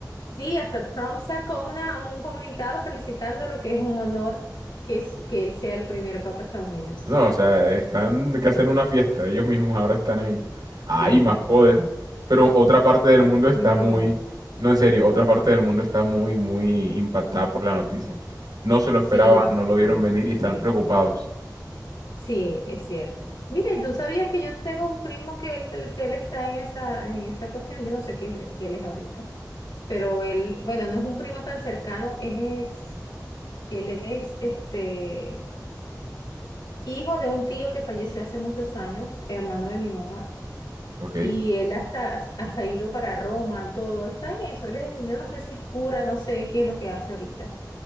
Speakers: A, on the left; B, on the right.
A: Sí, hasta Trump sacó una, un comunicado felicitándolo, que es un honor que, es, que él sea el primer papa estadounidense.
B: No, o sea, están que hacen una fiesta. Ellos mismos ahora están en... Hay
A: Sí.
B: más poder. Pero otra parte del mundo está
A: No.
B: muy... No, en serio, otra parte del mundo está muy, muy impactada por la noticia. No se lo esperaban,
A: Sí,
B: no lo vieron
A: sí,
B: venir y están
A: sí.
B: preocupados.
A: Sí, es cierto. Mira, ¿y tú sabías que yo tengo un primo que él, que él está en esa, en esa cuestión? Yo no sé qué, es- qué él es ahorita, pero él, bueno, no es un primo tan cercano, es, él es, este, hijo de un tío que falleció hace muchos años, hermano de mi mamá,
B: ¿Ok?
A: y él hasta, hasta ha ido para Roma, todo, está en eso, él es- yo no sé si es cura, no sé qué es lo que hace ahorita,